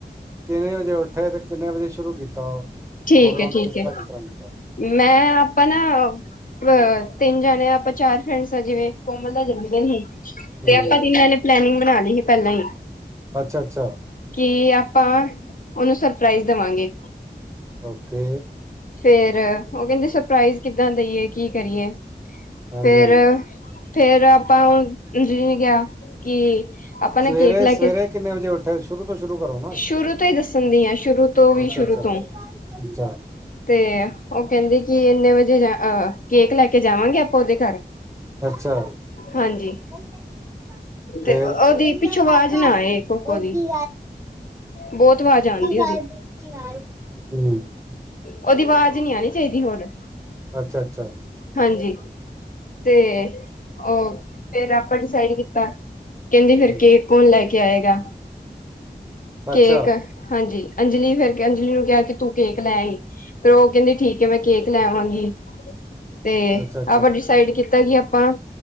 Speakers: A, on the right (about 15°); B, on the left (about 55°).
A: ਕਿੰਨੇ ਵਜੇ ਉੱਠੇ ਤੇ ਕਿੰਨੇ ਵਜੇ ਸ਼ੁਰੂ ਕੀਤਾ ਉਹ
B: ਠੀਕ
A: ਪ੍ਰੋਗਰਾਮ
B: ਹੈ ਠੀਕ
A: ਤੇ ਕਿਸ
B: ਹੈ
A: ਤਰ੍ਹਾਂ ਕਿਸ ਤਰ੍ਹਾਂ ਕੀਤਾ
B: ਮੈਂ ਆਪਾਂ ਨਾ ਅ ਤਿੰਨ ਜਾਣੇ ਆ ਆਪਾਂ ਚਾਰ ਫਰੈਂਡਸ ਆ ਜਿਵੇਂ ਕੋਮਲ ਦਾ ਜਨਮ ਦਿਨ ਹੀ
A: ਹੂੰ,
B: ਤੇ ਆਪਾਂ ਤਨਨਾਂ ਨੇ ਪਲਨਿੰਗ ਬਣਾ ਲਈ ਸੀ ਪਹਿਲਾਂ ਹੀ
A: ਅੱਛਾ ਅੱਛਾ
B: ਕਿ ਆਪਾਂ ਉਹਨੂੰ ਸਰਪ੍ਰਾਈਜ਼ ਦੇਵਾਂਗੇ
A: ਓਕੇ
B: ਫੇਰ ਉਹ ਕਹਿੰਦੇ ਸਰਪ੍ਰਾਈਜ਼ ਕਿੱਦਾਂ ਦੇਈਏ ਕੀ ਕਰੀਏ
A: ਹਾਂਜੀ-ਹਾਂਜੀ।
B: ਫੇਰ ਫੇਰ ਆਪਾਂ ਨੇ ਕਿਹਾ ਕਿ ਆਪਾਂ ਨਾ
A: ਸਵੇਰੇ
B: ਕੇਕ ਲੈ
A: ਸਵੇਰੇ
B: ਕੇ
A: ਕਿੰਨੇ ਵਜੇ ਉੱਠਿਆ ਸ਼ੁਰੂ ਤੋਂ ਸ਼ੁਰੂ ਕਰੋ ਨਾ,
B: ਸ਼ੁਰੂ ਤੋਂ ਹੀ ਦੱਸਣ ਦੀ ਹਾਂ ਸ਼ੁਰੂ ਤੋਂ ਵੀ
A: ਅੱਛਾ-ਅੱਛਾ,
B: ਸ਼ੁਰੂ ਤੋਂ
A: ਅੱਛਾ।
B: ਤੇ ਉਹ ਕਹਿੰਦੇ ਕਿ ਇੰਨੇ ਵਜੇ ਜਾ ਅਹ ਕੇਕ ਲੈ ਕੇ ਜਾਵਾਂਗੇ ਆਪਾਂ ਉਹਦੇ ਘਰ
A: ਅੱਛਾ
B: ਹਾਂਜੀ
A: ਫੇਰ
B: ਤੇ ਉਹਦੀ
A: ਬੋਲੇ
B: ਪਿੱਛੋਂ ਆਵਾਜ਼
A: ਪਾਪਾ
B: ਨਾ ਆਏ ਕੋਕਦੀ
A: ਉਹ ਕੀ
B: ਬਹੁਤ ਆਵਾਜ਼ ਆਉਂਦੀ
A: ਗ
B: ਉਹਦੀ
A: ਦ ਹ
B: ਉਹਦੀ ਆਵਾਜ਼ ਨਹੀਂੀ ਆਉਣੀ ਚਾਹੀਦੀ ਹੋਰ
A: ਅੱਛਾ ਅੱਛਾ
B: ਹਾਂਜੀ ਤੇ ਉਹ ਫੇਿਰ ਆਪਾਂ ਡਿਸਾਈਡ ਕੀਤਾ ਕਹਿੰਦੀ
A: ਹੂੰ
B: ਫਿਰ ਕੇਕ ਕੌਣ ਲੈ ਕੇ ਆਏਗਾ ਕੇਕ
A: ਅੱਛਾ
B: ਹਾਂਜੀ ਅੰਜਲੀ ਫਿਰ ਕੇ ਅੰਜਲੀ ਨੂੰ ਕਿਹਾ ਕਿ ਤੂੰ ਕੇਕ ਲੈ ਹੀ ਫ ਉਹ ਕਹਿੰਦੀ ਠੀਕ ਹੈ ਮੈਂ ਕੇਕ ਲੈਵਾਂਗੀ ਤੇ
A: ਅੱਛਾ ਅੱਛਾ
B: ਆਪਾਂ ਡਿਸਾਈਡ ਕੀਤਾ ਕਿ ਆਪਾਂ